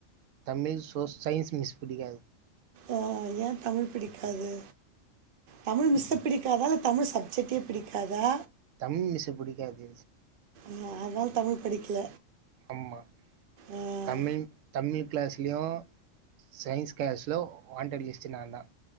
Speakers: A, on the right; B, on the right.
A: தமிழ் சோ சயின்ஸ் மிஸ் புடிக்காது
B: ஆ ஏ தமிழ் பிடிக்காது தமிழ் மிஸ்ஸ பிடிக்காதா இல்ல தமிழ் சப்ஜெக்டே பிடிக்காதா
A: தமிழ் மிஸ்ஷ புடிக்காது
B: ஆ அத்னால தமிழ் படிக்கல
A: ஆம்மா
B: அஹ்
A: தமிழ் தமிழ் கிளாஸ்லியு சயின்ஸ் கிளாஸ்லு வான்டட் லிஸ்ட்டு நாந்தா